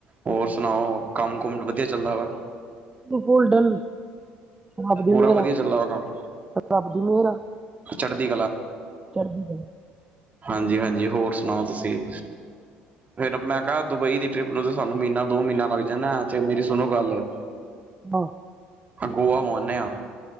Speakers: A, on the right; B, on the right.
A: ਹੋਰ ਸੁਣਾਓ ਕੰਮ-ਕੁਮ ਵਦੀਆ ਚੱਲਦਾ ਵਾ।
B: ਬੋਲਡਨ ਰੱਬ ਦੀ
A: ਪੂਰਾ
B: ਮੇਰ
A: ਵਧੀਆ
B: ਆ।
A: ਚੱਲਦਾ ਵਾ ਕੰਮ
B: ਰੱਬ ਦੀ ਮੇਰ ਆ
A: ਚੜ੍ਹਦੀ
B: ਚੜਦੀ ਕਲਾ।
A: ਹਾਂਜੀ-ਹਾਂਜੀ, ਹੋਰ ਸੁਣਾਓ ਤੁਸੀਂ? ਫੇਰ ਮੈਂ ਕਿਆ ਦੁਬਈ ਦੀ ਟ੍ਰਿਪ ਨੂੰ ਤੇ ਸਾਨੂੰ ਮੀਨਾ ਦੋ ਮੀਨਾ ਲੱਗ ਜਾਣਾ ਤੇ ਮੇਰੀ ਸੁਣੋ ਗੱਲ
B: ਹਾਂ।
A: ਗੋਆ ਹੋ ਆਨੇ ਆਂ।